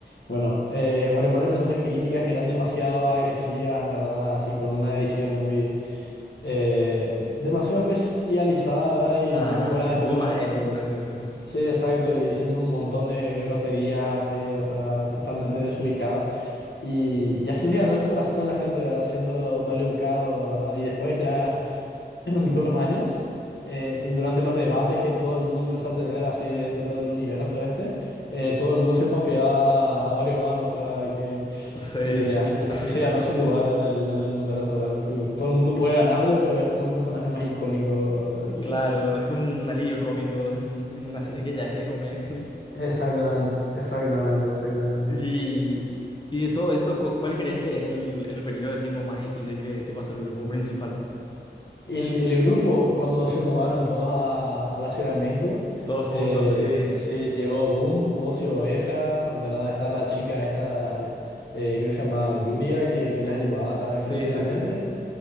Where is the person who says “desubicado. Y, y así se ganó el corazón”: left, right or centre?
Left